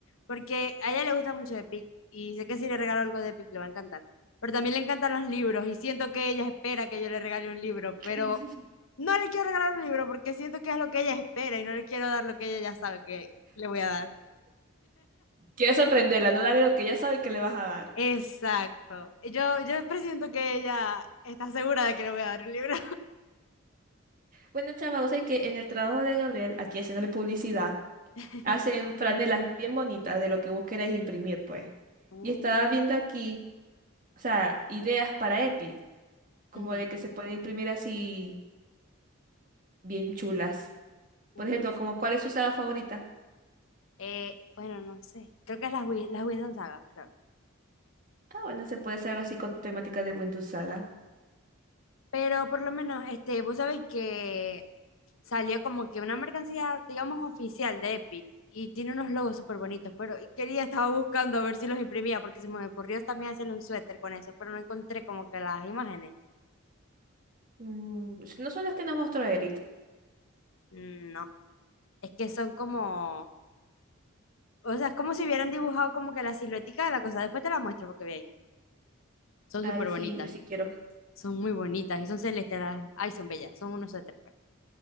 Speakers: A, on the left (about 75°); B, on the right (about 40°).
A: porque a ella le gusta mucho Epic y sé que si le regalo algo de Epic le va a encantar, pero también le encantan los libros y siento que ella espera que yo le regale un libro, pero
B: <laughs>
A: no le quiero regalar un libro porque siento que es lo que ella espera y no le quiero dar lo que ella ya sabe que le voy a dar.
B: Quiero sorprenderla, no darle lo que ella sabe que le vas a dar.
A: Exacto. Yo, yo presiento que ella está segura de que le voy a dar un libro.
B: Bueno, chama, vos sabés que en el trabajo de Gabriel, aquí haciéndole publicidad,
A: <laughs>
B: hacen franelas bien bonitas de lo que vos queréis imprimir, pues.
A: Uh,
B: Y estaba viendo aquí, o sea, ideas para Epic, como
A: ujú,
B: de que se pueden imprimir así bien chulas.
A: uh,
B: Por ejemplo,
A: ¿qué se
B: como
A: falla?
B: ¿cuál es su saga favorita?
A: Eh, bueno, no sé. Creo que es las Wis- las Wisdom Saga, creo.
B: Ah, bueno, se puede hacer algo así con temática de Windows Saga.
A: Pero por lo menos, este, vos sabés que salió como que una mercancía, digamos, oficial de Epic. Y tiene unos logos súper bonitos, pero y quería, estaba buscando a ver si los imprimía, porque se me ocurrió también hacerle un suéter con eso, pero no encontré como que las imágenes.
B: Mm, no son las que nos mostró Eric.
A: Mm, No, es que son como O sea, es como si hubieran dibujado como que la siluética de la cosa. Después te la muestro porque veis. Son
B: Ay,
A: súper
B: sí,
A: bonitas.
B: yo sí quiero.
A: Son muy bonitas y son celestes. las- Ay, son bellas. Son unos suéteres. pues.